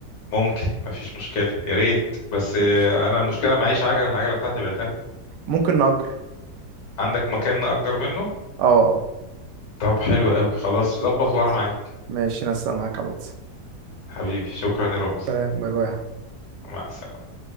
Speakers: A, on the left; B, on the right.
A: ممكن مفيش مشكله يا ريت بس آه،
B: قشطة.
A: انا المشكله معيش عجله العجله بتاعتي بعتها
B: ممكن نأجر
A: فعندك مكان نأجر منه
B: اه اه
A: طب حلو قوي خلاص ظبط
B: خلاص
A: وانا معاك
B: ماشي نسق معاك على الواتس
A: حبيبي شكرا يا رمزي
B: سلام باي باي
A: مع السلامة